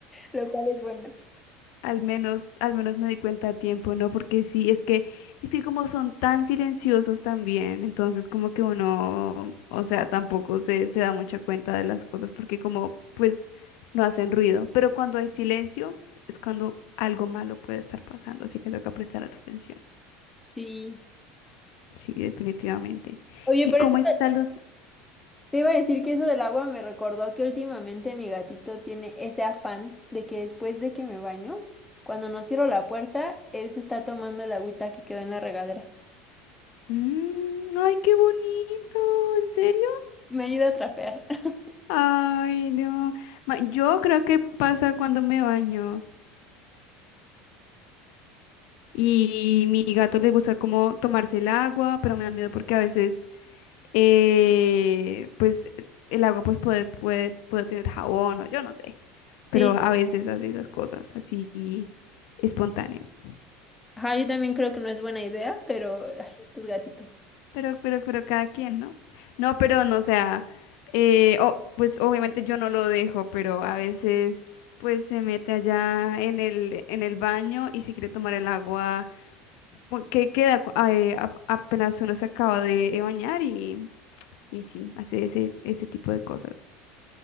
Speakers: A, in the centre; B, on the left.
A: lo cual es bueno.
B: Al menos, al menos me di cuenta a tiempo, ¿no? Porque sí, es que, es que como son tan silenciosos también, entonces como que uno, o sea, tampoco se, se da mucha cuenta de las cosas, porque como, pues, no hacen ruido. Pero cuando hay silencio, es cuando algo malo puede estar pasando, así que toca prestar atención.
A: Sí.
B: Sí, definitivamente.
A: Oye,
B: ¿Y
A: pero
B: cómo
A: eso-
B: están los...
A: te iba a decir que eso del agua me recordó que últimamente mi gatito tiene ese afán de que después de que me baño, cuando no cierro la puerta, él se está tomando el agüita que quedó en la regadera.
B: Mm, ay, qué bonito, ¿en serio?
A: Me ayuda a trapear. <laughs>
B: Ay, no. Ma- Yo creo que pasa cuando me baño y mi gato le gusta como tomarse el agua, pero me da miedo porque a veces, eh, pues, el agua pues puede, puede, puede tener jabón o yo no sé,
A: Sí,
B: pero a veces hace esas cosas así espontáneas.
A: Ajá, yo también creo que no es buena idea, pero ay, tus gatitos.
B: Pero, pero, pero cada quien, ¿no? No, pero no, o sea, eh, o- pues obviamente yo no lo dejo, pero a veces pues se mete allá en el, en el baño y si quiere tomar el agua, pues, que queda cu- ah, eh, ap- apenas uno se acaba de, de bañar y, y sí, hace ese, ese tipo de cosas.